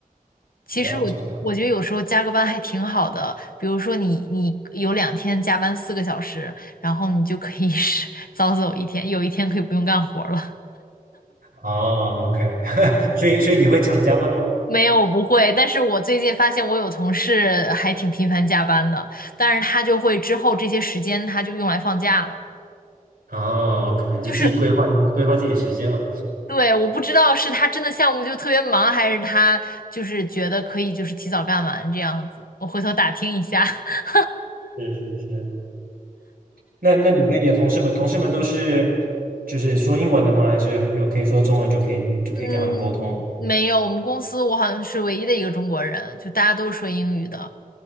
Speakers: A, on the left; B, on the right.
A: 其实我我觉得有时候加个班还挺好的，
B: 了解了解。
A: 比如说你你有两天加班四个小时，然后你就可以是 <laughs> 早走一天，有一天可以不用干活了。
B: 哦，OK，<laughs> 所以所以你会常加班吗？
A: <laughs> 没有，我不会，但是我最近发现我有同事还挺频繁加班的，但是他就会之后这些时间他就用来放假了。
B: 哦，OK，
A: 就是
B: 就自己规划一下，规划自己时间了。
A: 对，我不知道是他真的项目就特别忙，还是他就是觉得可以就是提早干完这样子。我回头打听一下。<laughs>
B: 是是是。那那你跟你的同事们，同事们都是就是说英文的吗？还是有可以说中文就可以就可以跟他们沟通？
A: 嗯，没有，我们公司我好像是唯一的一个中国人，就大家都是说英语的。